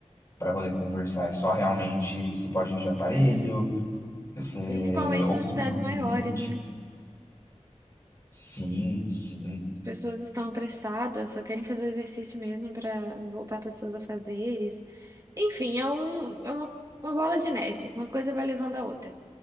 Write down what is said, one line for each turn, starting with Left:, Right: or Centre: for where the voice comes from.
Left: para poder conversar. É só realmente se pode ir de aparelho,
Right: É.
Left: você
Right: Principalmente
Left: ou
Right: nas
Left: você
Right: cidades
Left: tem um
Right: maiores,
Left: cliente.
Right: né?
Left: Sim, sim.
Right: pessoas estão apressadas, só querem fazer o exercício mesmo para voltar pessoas a fazeres. Enfim, é, um, é uma, uma bola de neve, uma coisa vai levando a outra.